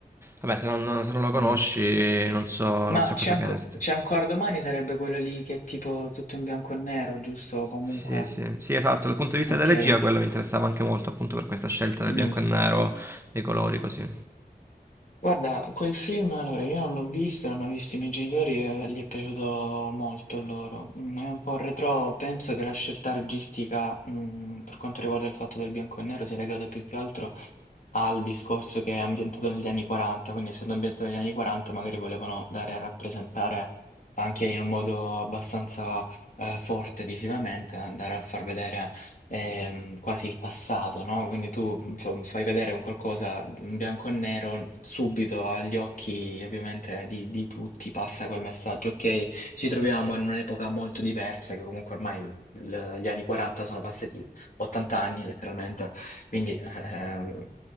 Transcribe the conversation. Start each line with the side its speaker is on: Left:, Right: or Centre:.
Right: vabbè, se non, se non lo conosci
Left: mm.
Right: non so,
Left: Ma
Right: non so
Left: c'è
Right: cosa
Left: anco-
Right: chiederti.
Left: c'è ancora domani sarebbe quello lì che è tipo tutto in bianco e nero, giusto? Comunque,
Right: Sì, sì, sì, esatto. Dal punto di vista
Left: ok.
Right: della regia, quello mi interessava anche molto, appunto per questa scelta del
Left: Mh.
Right: bianco e nero, dei colori così.
Left: Guarda, quel film allora io non l'ho visto, l'hanno visto i miei genitori e gli è piaciuto molto a loro. Mhmm, è un po' retrò, penso che la scelta registica, mhmm, per quanto riguarda il fatto del bianco e nero sia legata più che altro al discorso che è ambientato negli anni '40, quindi essendo ambientato negli anni '40 magari volevano dare a rappresentare anche in un modo abbastanza, ehm, forte visivamente, andare a far vedere ehm, quasi il passato, no? Quindi tu fa- fai vedere un qualcosa in bianco e nero, subito agli occhi ovviamente di, di tutti passa quel messaggio, ok? Ci troviamo in un'epoca molto diversa, che comunque ormai l- gli anni 40 sono passati 80 anni letteralmente, quindi ehm,